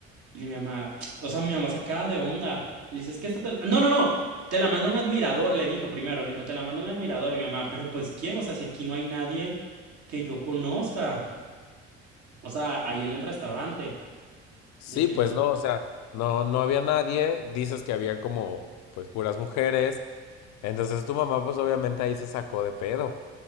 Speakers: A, on the right; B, on the left.
A: Y mi mamá, o sea, mi mamá sacada de onda. Y le dice, es que esta te la... No, no, no, te la manda un admirador, le dijo primero, le dijo, te la manda un admirador. Y mi mamá, pero pues ¿quién? O sea, si aquí no hay nadie que yo conozca. O sea, ahí en el restaurante.
B: Sí,
A: De que
B: pues
A: no.
B: no, o sea, no, no había nadie, dices que había como, pues, puras mujeres, entonces tu mamá, pues, obviamente ahí se sacó de pedo.